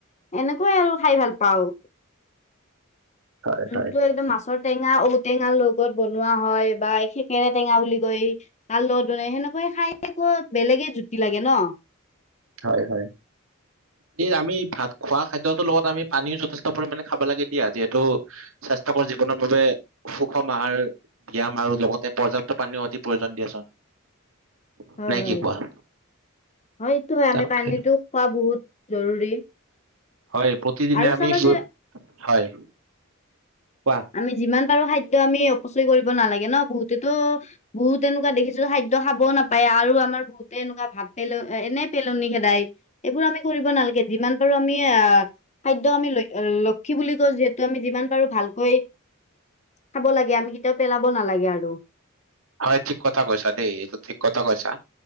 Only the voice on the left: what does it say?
এনেকুৱাই আৰু খাই ভাল পাওঁ।
যোনটো
একদম মাছৰ টেঙা, ঔটেঙাৰ লগত বনোৱা হয় বা সেকেৰে টেঙা বুলি কৈ তাৰ লগত মনে সেনেকুৱাই খাই আকৌ বেলেগে জুতি লাগে ন?
হয়
হয়
হয় এইটো হয়
আমি পানীটো খোৱা বহুত জৰুৰী।
আৰু
চাবা
যে
আমি যিমান পাৰো খাদ্য আমি অপচয় কৰিব নালাগে ন বহুতেটো বহুত এনেকুৱা দেখিছো খাদ্য খাবও নাপায় আৰু আমাৰ বহুতে এনেকুৱা ভাত পেলো, এনে পেলনি খেদাই এইবোৰ আমি কৰিব নালাগে। যিমান পাৰো আমি আহ, খাদ্য আমি ল-লক্ষী বুলি কওঁ যিহেতু আমি যিমান পাৰো ভাল কৈ, খাব লাগে আমি কেতিয়াও পেলাব নালাগে আৰু।